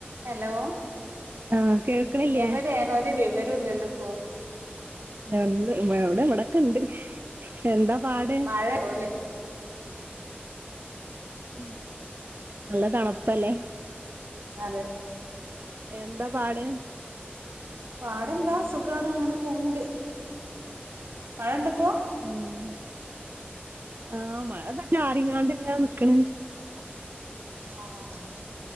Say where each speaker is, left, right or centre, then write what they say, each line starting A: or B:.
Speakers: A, on the right; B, on the right.
A: Hello
B: ആ കേൾക്കണില്ലേ
A: എവടേണ് ഒര് വിവരോം ഇല്ലല്ലോ ഇപ്പോ
B: ഏഹ് എവിടെ ഇവിടെ ഒക്കുണ്ട് എന്താ പാട്.
A: ഇപ്പോഴേ പോവല്ലേ.
B: ഉം നല്ല തണുപ്പല്ലേ?
A: അതെ
B: എന്താ പാട്.
A: പാട് എന്താ സുഖാണ് അങ്ങനെ പോവുണ്ട്, മഴയുണ്ടോ ഇപ്പൊ?
B: ആഹ് ആഹ് മഴ ഇതാ ചാറിങ്ങാണ്ട് ഇങ്ങനെ നിൽക്കേണ്.
A: ഓഹ്